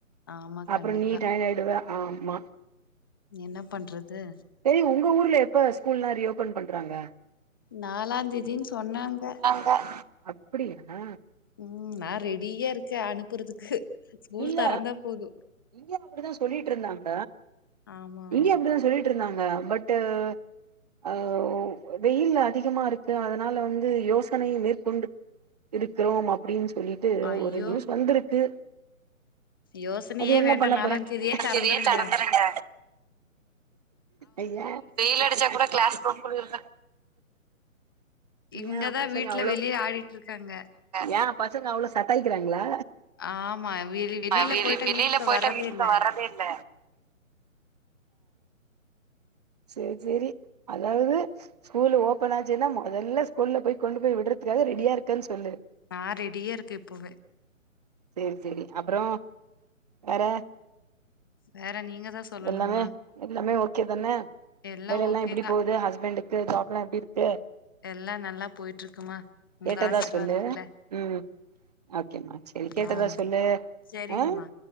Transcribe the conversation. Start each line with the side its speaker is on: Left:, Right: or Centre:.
Left: ஆமா
Right: அப்றோ
Left: கண்டிப்பா
Right: நீ டயாடாயிடுவ ஆமா
Left: என்ன பண்றது
Right: செரி உங்க ஊர்ல எப்ப ஸ்கூல்லா ரீஓபன் பண்றாங்க
Left: நாலாந்தேதின் சொன்னாங்க
Right: பா அப்டியா
Left: ம் நா ரெடியா இருக்கே அனுப்புறதுக்கு ஸ்கூல்
Right: இல்ல
Left: தொறந்தா போது
Right: இங்கயு அப்டித்தா சொல்லிட் இருந்தாங்க
Left: ஆமா ஆமா
Right: இங்கயு அப்டிதா சொல்லிட் இருந்தாங்க பட்டு் ஆ வெயில் அதிகமா இருக்கு அதனால வந்து யோசனைய மேற்கொண்டு இருக்கலாம் அப்டின் சொல்லிட்டு
Left: ஐயோ
Right: ஒரு நியூஸ் வந்துருக்கு
Left: யோசனையே
Right: அது என்ன
Left: வேண்டா
Right: பண்ண
Left: நாலாந்
Right: போறே
Left: தேதியே
Right: எனக்கு
Left: தெறந்துருங்க
Right: இதயே தந்துருங்க ஐயா வெயில் அடிச்சா கூட கிளாஸ் ரூம் குளுருது
Left: இவங்கதா
Right: ஏ பசங்க
Left: வீட்ல
Right: அவ்ளோ
Left: வெளிய ஆடிட்டு இருக்காங்க
Right: ஏ பசங்க அவ்ளோ சத்தாயிக்கிறாங்களா
Left: ஆமா வெளி வெளியில
Right: ஆ வெ
Left: போயிட்டா
Right: வெளில
Left: வீட்டுக்குள்ள
Right: போயிட்டா
Left: வர்றதே
Right: வீட்டுக்கு
Left: இல்ல
Right: தா வர்றதே இல்ல சேர் சேரி அதாவது ஸ்கூல் ஓப்பன் ஆச்சுன்னா மொதல்ல ஸ்கூல் போய் கொண்டு போய் விட்றதுக்காக ரெடியா இருக் கேன் சொல்லு
Left: நா ரெடியா இருக்கே இப்பவே
Right: செரி செரி அப்றோ வேற
Left: வேற நீங்க தான் சொல்லணுமா
Right: எல்லாமே எல்லாமே ஓகே தான
Left: எல்லா
Right: வேலல்லா
Left: ஓகே
Right: எப்டி
Left: தான்
Right: போது ஹஸ்பண்டுக்கு ஜாப்லா எப்டி இருக்கு
Left: எல்லா நல்லா போயிட்ருக்குமா உங்க
Right: கேட்டதா
Left: ஆசீர்வாதத்துல
Right: சொல்லு ம் ஓகேமா செரி கேட்டதா
Left: ஆ
Right: சொல்லு
Left: சரிங்கம்மா
Right: ஆ